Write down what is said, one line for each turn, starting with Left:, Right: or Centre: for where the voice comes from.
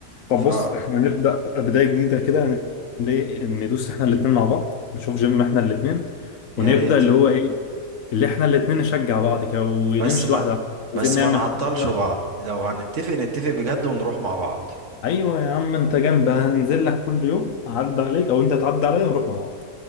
Left: طب
Right: ف
Left: بص احنا نبدأ بداية جديدة كده ن- ندوس احنا الاتنين مع بعض نشوف جيم احنا الاتنين ونبدأ
Right: يا ريت
Left: اللي هو ايه اللي احنا الاتنين نشجع بعض كده ونمشي
Right: بس ما
Left: واحدة واحدة
Right: بس
Left: عايزين نعمل
Right: ما نعطلش
Left: كده.
Right: بعض لو هنتفق نتفق بجد ونروح مع بعض
Left: ايوه يا عم انت جنب هنزل لك كل يوم اعدي عليك او انت تعدي عليا ونروح مع بعض